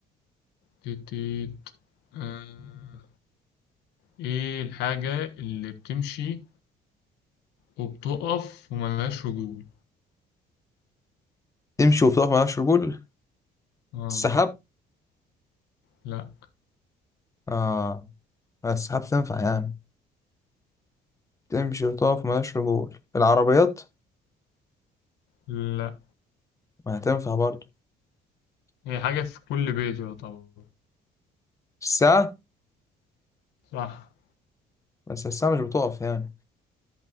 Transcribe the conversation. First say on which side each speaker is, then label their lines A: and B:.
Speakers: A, on the left; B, on the left.
A: تيتيت آه، ايه الحاجة اللي بتمشي وبتقف وملهاش رجول
B: تمشي وبتقف ملهاش رجول
A: اه
B: السحاب
A: لا
B: اه السحاب تنفع يعني تمشي وتقف ملهاش رجول العربيات
A: لا
B: ما هتنفع برضه
A: هي حاجة في كل بيت يا طبعا
B: الساعة
A: صح
B: بس الساعة مش بتقف يعني